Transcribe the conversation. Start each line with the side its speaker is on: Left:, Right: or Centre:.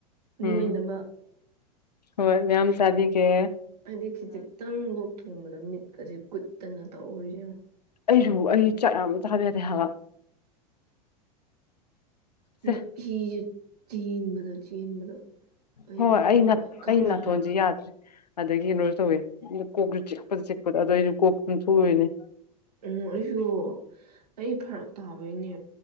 Left: ꯎꯝ
Right: ꯅꯣꯏꯅꯕ
Left: ꯍꯣꯏ ꯃꯌꯥꯝ ꯆꯥꯕꯤ ꯒꯦ
Right: ꯑꯩꯗꯤ ꯈꯤꯖꯤꯛꯇꯪ ꯂꯣꯛ ꯊꯨꯡꯕꯗ ꯃꯤꯠꯀꯁꯤꯦ ꯀꯨꯠꯇꯅ ꯇꯧꯔꯤꯖꯦ ꯌꯦꯡꯉꯣ
Left: ꯑꯩꯁꯨ ꯑꯩ ꯆꯥꯛ ꯌꯥꯝ ꯆꯥꯖꯗꯦ ꯍꯥꯏꯕ ꯁꯦ
Right: ꯅꯨꯐꯤꯁꯦ ꯆꯦꯟꯕꯗ ꯆꯦꯟꯕꯗ ꯑꯩ
Left: ꯍꯣꯏ
Right: ꯅꯥꯇꯣꯟ
Left: ꯑꯩꯩꯅ
Right: ꯂꯣꯏ ꯀꯥꯏꯔꯦꯕ
Left: ꯑꯩ ꯅꯥꯊꯣꯟꯖꯦ ꯌꯥꯗ꯭ꯔꯦ ꯑꯗꯒꯤ ꯀꯩꯅꯣꯁꯨ ꯇꯧꯋꯦ ꯀꯣꯛꯁꯨ ꯆꯤꯛꯄꯗ ꯆꯤꯛꯄꯗꯣ ꯑꯗꯨꯗꯣ ꯑꯩꯁꯨ ꯀꯣꯛ ꯑꯗꯨꯝ ꯊꯣꯛꯎꯏꯅꯦ
Right: ꯎꯝ ꯑꯩꯁꯨ ꯑꯩ ꯐꯔꯛ ꯇꯥꯕꯩꯅꯦ